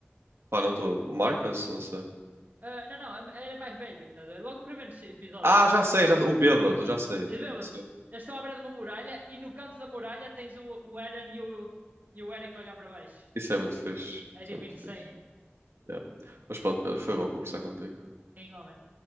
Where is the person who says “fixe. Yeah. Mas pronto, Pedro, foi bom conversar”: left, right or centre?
Right